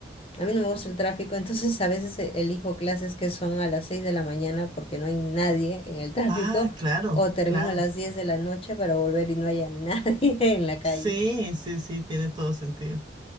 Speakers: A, on the left (about 30°); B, on the right (about 25°).
A: A mí no me gusta el tráfico, entonces a veces e- elijo clases que son a las 6 de la mañana porque no hay nadie en el tráfico,
B: Ah, claro,
A: o termino
B: claro.
A: a las 10 de la noche para volver y no haya <laughs> nadie en la calle.
B: Sí, sí, sí, tiene todo sentido.